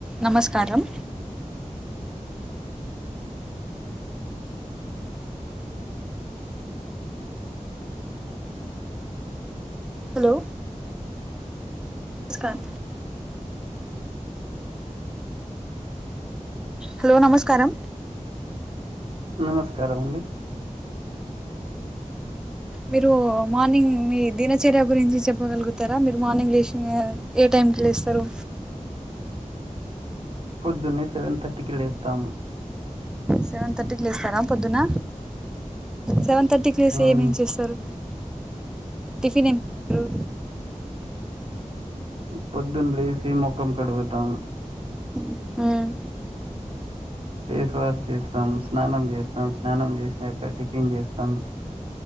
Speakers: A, in the centre; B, on the right.
A: నమస్కారం హలో నమస్కారం హలో నమస్కారం
B: నమస్కారం అండి
A: మీరు మార్నింగ్ మీ దినచర్య గురించి చెప్పగలుగుతారా మీరు మార్నింగ్ లేచి ఏ టైం లేస్తారు
B: పొద్దున్నే సెవెన్ థర్టీకి లేతం
A: సెవెన్ థర్టీకి లేస్తారా పొద్దున సెవెన్ థర్టీకి లేసి
B: మ్మ్
A: ఏమేం చేస్తారు టిఫన్ ఎం రు
B: పొద్దున్నలేసీ మొఖం కడుగుతాం
A: ఉహ్
B: ఫేస్ వాష్ చేస్తాం స్నానం చేస్తాం స్నానం చేసినాక టిఫిన్ చేస్తాం